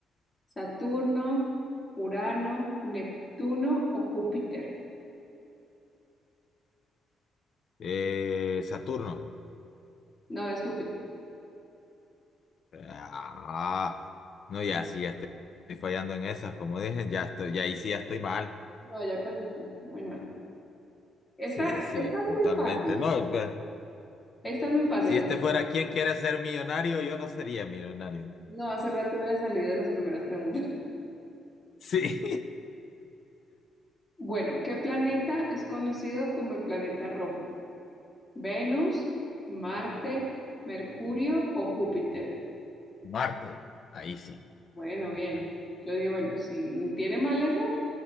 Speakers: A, on the left; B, on the left.
A: ¿Saturno, Urano, Neptuno o Júpiter?
B: Eh, Saturno.
A: No, es Júpiter.
B: Ah, no, ya sí, ya estoy, estoy fallando en esas, como dije, ya estoy, ya ahí sí ya estoy mal.
A: No, ya perdiste. Muy mal. Esta,
B: Sí, sí,
A: esta es
B: totalmente.
A: muy fácil.
B: No, pues,
A: Esta es muy fácil,
B: si
A: o
B: este
A: sea,
B: fuera quien quiere ser millonario, yo no sería millonario.
A: no hace rato hubiera salido en las primeras preguntas. <laughs>
B: Sí.
A: Bueno, ¿qué planeta es conocido como el planeta rojo? ¿Venus, Marte, Mercurio o Júpiter?
B: <laughs> Marte, ahí sí.
A: Bueno, bien.
B: Ujú.
A: Yo digo, bueno, si tiene mal esa,